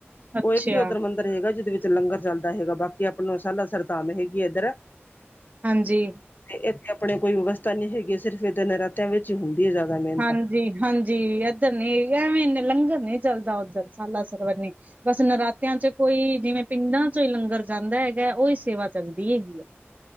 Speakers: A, on the right; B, on the left.
A: ਅੱਛਾ
B: ਉਹ ਇੱਕ ਹੀ ਉੱਧਰ ਮੰਦਿਰ ਹੈਗਾ, ਜਿਹਦੇ ਵਿੱਚ ਲੰਗਰ ਚੱਲਦਾ ਹੈਗਾ, ਬਾਕੀ ਆਪ ਨੂੰ ਸਾਲ ਸਰਤਾਮ ਹੈਗੀ ਹੈ ਇੱਧਰ।
A: ਹਾਂਜੀ।
B: ਤੇ ਇੱਥੇ ਆਪਣੇ ਕੋਈ ਵਿਵਸਥਾ ਨੀ ਹੈਗੀ, ਸਿਰਫ਼ ਇਦਾਂ ਨਰਾਤਿਆਂ ਵਿੱਚ ਹੀ ਹੁੰਦੀ ਹੈ ਜ਼ਿਆਦਾ। ਮਿਹਨਤ
A: ਹਾਂਜੀ
B: ਹਾਂ
A: ਹਾਂਜੀ ਇੱਧਰ ਨੀ ਐਵੇਂ ਇੰਨੇ ਲੰਗਰ ਨੀ ਚੱਲਦਾ ਉੱਧਰ, ਸਾਲਾ ਸਰਵੰਨੀ। ਬਸ ਨਰਾਤਿਆਂ ਚ ਕੋਈ ਜਿਵੇਂ ਪਿੰਡਾਂ ਚੋਂ ਹੀ ਲੰਗਰ ਜਾਂਦਾ ਹੈਗਾ, ਉਹੀ ਸੇਵਾ ਚੱਲਦੀ ਹੈਗੀ ਆ।